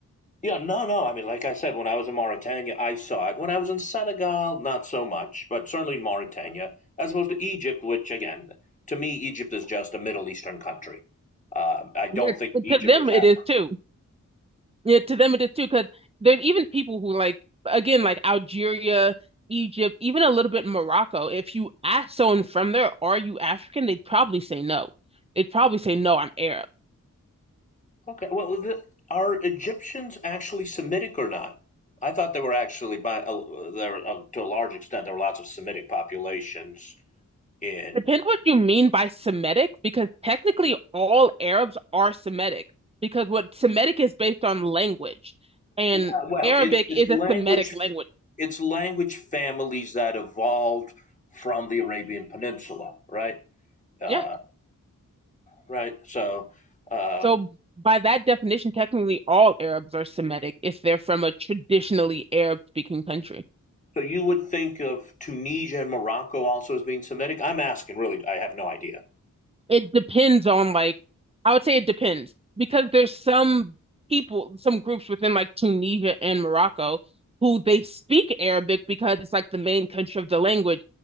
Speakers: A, on the left; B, on the right.
A: Yeah, no, no. I mean, like I said, when I was in Mauritania, I saw it. When I was in Senegal, not so much, but certainly in Mauritania, as opposed to Egypt, which, again, to me, Egypt is just a Middle Eastern country. Um, I don't
B: Yeah,
A: think
B: to
A: Egypt
B: them
A: is that.
B: it is too. Yeah, to them it is too, because there are even people who like again like Algeria, Egypt, even a little bit Morocco. If you ask someone from there, "Are you African?" They'd probably say no. They'd probably say no, I'm Arab
A: Okay, well, the, are Egyptians actually Semitic or not? I thought they were actually, by uh, there uh, to a large extent, there were lots of Semitic populations in.
B: Depends what you mean by Semitic, because technically all Arabs are Semitic, because what Semitic is based on language, and
A: Well, well
B: Arabic
A: it, it's
B: is
A: language
B: a Semitic language.
A: it's language families that evolved from the Arabian Peninsula, right? Uh,
B: Yeah.
A: right. So, uh,
B: So by that definition, technically all Arabs are Semitic if they're from a traditionally Arab-speaking country.
A: so you would think of Tunisia and Morocco also as being Semitic. I'm asking, really, I have no idea.
B: it depends on like I would say it depends because there's some people, some groups within like Tunisia and Morocco who they speak Arabic because it's like the main country of the language,